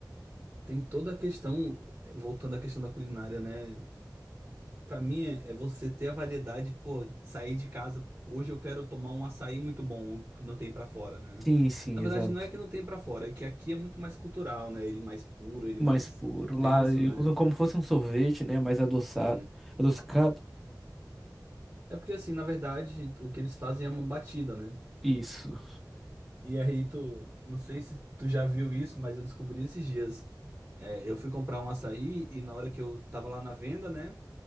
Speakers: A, on the right (about 25°); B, in the centre.
A: tem toda a questão, é, voltando à questão da culinária, né? Para mim é é você ter a variedade, pô, sair de casa, hoje eu quero tomar um açaí muito bom, o que não tem para fora, né?
B: Sim, sim,
A: Na verdade,
B: exato.
A: não é que não tem para fora, é que aqui é muito mais cultural, né? Ele mais puro, ele
B: Mais
A: mais
B: puro.
A: denso,
B: Lá
A: né?
B: usam como fosse um sorvete, né? Mais adoçado.
A: É,
B: Adocicado.
A: É porque assim, na verdade, o que eles fazem é uma batida, né?
B: Isso.
A: E aí tu, não sei se tu já viu isso, mas eu descobri esses dias. É, eu fui comprar um açaí e na hora que eu tava lá na venda, né?